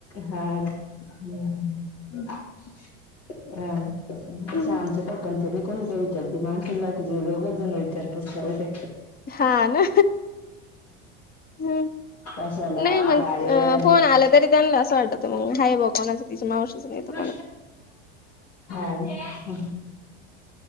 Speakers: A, on the left; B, on the left.
A: हा ना हम्म हा. तसं
B: मग
A: आमच्या पप्पा तेनी कोण काय विचारते माणसच बाकीचे दोघच जण विचारतोस. <unintelligible>
B: हा ना. हम्म
A: कशाला
B: नाही
A: अन
B: मंग
A: कायन
B: अ फोन आला तरी त्यां असं वाटतं मग हाय बघ कोणाचं तिचा मावशीचा ना येतो.
A: हां हम्म.